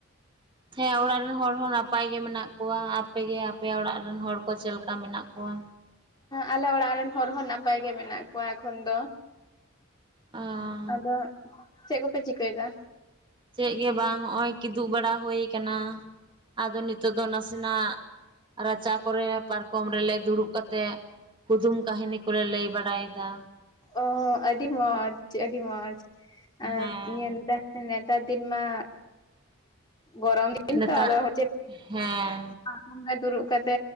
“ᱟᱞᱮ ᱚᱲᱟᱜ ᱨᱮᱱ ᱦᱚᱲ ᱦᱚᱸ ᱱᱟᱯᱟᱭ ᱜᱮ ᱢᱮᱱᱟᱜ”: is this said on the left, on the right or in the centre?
Left